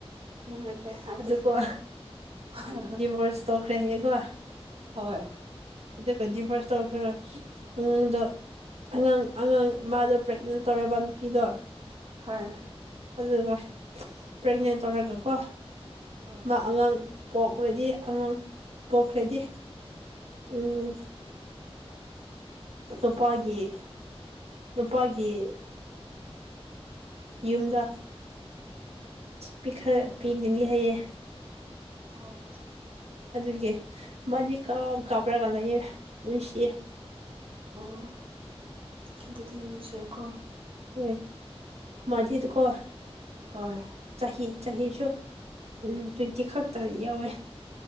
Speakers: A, on the right; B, on the right.
A: ꯎꯗ ꯑꯗ
B: ꯑꯗꯨꯒ
A: <unintelligible>
B: ꯗꯤꯚꯣꯔꯁ ꯇꯧꯈ꯭ꯔꯦ ꯍꯌꯦꯀꯣ
A: ꯍꯣꯏ
B: ꯑꯗꯨꯒ ꯗꯤꯕꯔꫭꯁ ꯇꯧꯈꯔꯒ ꯑꯉꯥꯡꯗꯣ ꯑꯉꯥꯡ ꯑꯉꯥꯡ ꯃꯥꯗꯣ ꯄ꯭ꯔꯦꯛꯅꯦꯟ ꯇꯧꯔꯦꯕ ꯅꯨꯄꯤꯗꯣ
A: ꯍꯣꯏ
B: ꯑꯗꯨꯒ ꯄ꯭ꯔꯦꯒꯅꯦꯟ ꯇꯧꯔꯒꯀꯣ
A: ꯑꯥ
B: ꯃꯥ ꯑꯉꯥꯡ ꯄꯣꯛꯈ꯭ꯔꯗꯤ ꯑꯉꯥꯡ ꯄꯣꯛꯈ꯭ꯔꯗꯤ ꯎꯝ ꯅꯨꯄꯥꯒꯤ ꯅꯨꯄꯥꯒꯤ ꯌꯨꯝꯗ ꯄꯤꯈ ꯄꯤꯒꯤꯅꯤ ꯍꯥꯏꯌꯦ
A: ꯑꯣ
B: ꯑꯗꯨꯒꯤ ꯃꯥꯗꯤ ꯀꯞ ꯀꯥꯞꯄ꯭ꯔꯒ ꯂꯩꯌꯦ ꯅꯨꯡꯁꯤꯌꯦ
A: ꯑꯣ ꯑꯗꯨꯗꯤ ꯅꯨꯡꯁꯤꯈꯣ
B: ꯍꯣꯏ ꯃꯥꯗꯤꯗꯨꯀꯣ
A: ꯍꯣꯏ
B: ꯆꯍꯤ ꯆꯍꯤꯁꯨ ꯎꯝ ꯇꯨ꯭ꯋꯦꯟꯇꯤ ꯈꯛꯇ ꯌꯥꯎꯋꯦ